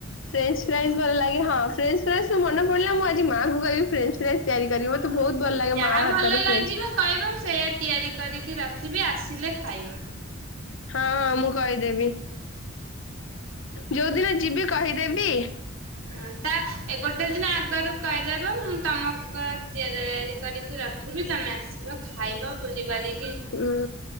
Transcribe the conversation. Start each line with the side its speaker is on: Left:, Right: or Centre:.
Left: ଫ୍ରେଞ୍ଚ୍ ଫ୍ରାଇଜ ଭଲ ଲାଗେ ହଁ ଫ୍ରେଞ୍ଚ୍ ଫ୍ରାଇଜରୁ ମନେ ପଡିଲା ମୁଁ ଆଜି ମାଙ୍କୁ କହିବି ଫ୍ରେଞ୍ଚ୍ ଫ୍ରାଇଜ ତିଆରି କରିବ। ବହୁତ ଭଲ ଲାଗେ
Right: ଯାହା
Left: ମା ହାତରେ
Right: ଭଲ ଲାଗିବ
Left: ଫ୍ରେଞ୍ଚ୍
Right: କହିବ ସେଇୟା ତିଆରି କରିକି ରଖିବି ଆସିଲେ ଖାଇବ।
Left: ହଁ ହଁ ମୁଁ କହିଦେବି। ଯୋଉ ଦିନ ଯିବି କହିଦେବି।
Right: ହଁ ତା ଏ ଗୋଟେ ଦିନ ଆଗରୁ କହିଦେବ ମୁଁ ତମକୁ ତିଆରି କରିକି ରଖି ବି ତମେ ଆସିବ ଖାଇବ ବୁଲିବାଲି
Left: ହୁଁ